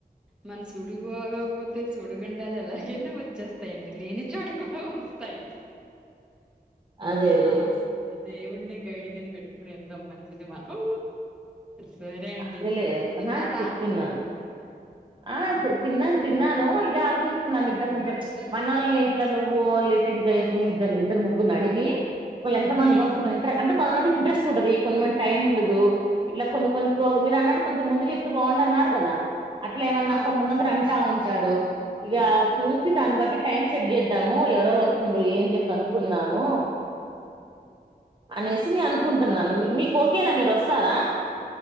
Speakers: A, in the centre; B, on the right.
A: మన సుడిపోకపోతే సుడిగుండాలు ఎలాగైనా వచ్చేస్తాయిడి లేనిచోటు కూడా వస్తాయి అంతా
B: అదే అదే
A: అ దేవుడిని గైడ్ కింద పెట్టుకుని వెళ్దాం మంచిది మనం సరే అండి
B: అదేలే
A: తిన్నారా
B: ఆహా చెప్తున్నాను ఆ తిన్నాను తిన్నాను ఇదే ఆలోచిస్తున్నాను ఇప్పుడ కొంచెం మన వాళ్ళని ఇట్లా నువ్వు లేదా ఇంకాద్ద ఇద్దరు ముగ్గుని అడిగి వాళ్ళు ఎంత మంది
A: హ్మ్
B: వస్తున్నారుంట అంటే కొంతమందికి ఇంట్రెస్ట్ ఉంటది కొంతమంది టైం ఉండదు ఇట్లా కొన్ని కొన్ని ప్రోగ మీరు అన్నట్టు కొంచెం ముందు చెప్తే బాగుండు అన్నారు కదా అట్లే ఏమన్నా
A: ఆ
B: కొంతమంది ర అంటా ఉంట అంటారు ఇక చూసి దాన్ని బట్టి టైం సెట్ చేద్దాము ఎవరెవరు వస్తుండ్ర ఏంటిని కనుకున్నాము అనేసి నేను అనుకుంటున్నాను మీకు ఓకేనా మీరు వస్తారా